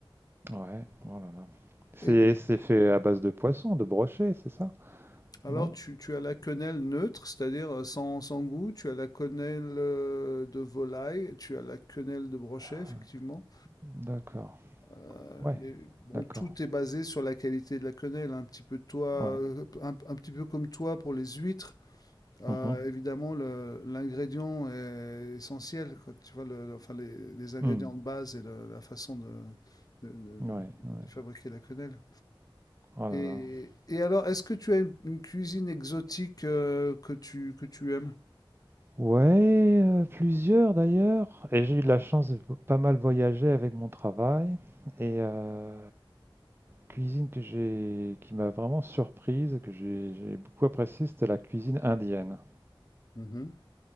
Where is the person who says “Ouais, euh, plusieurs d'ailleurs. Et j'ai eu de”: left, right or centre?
Right